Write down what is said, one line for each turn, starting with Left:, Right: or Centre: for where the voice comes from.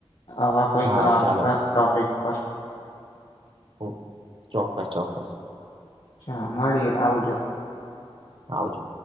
Left: આવા કોઈક
Right: હા
Left: રાસપ્રદ
Right: ચાલો
Left: ટોપિક પર.
Right: ઓ ચોક્કસ ચોક્કસ
Left: ચ મળીએ આવજો.
Right: આવજો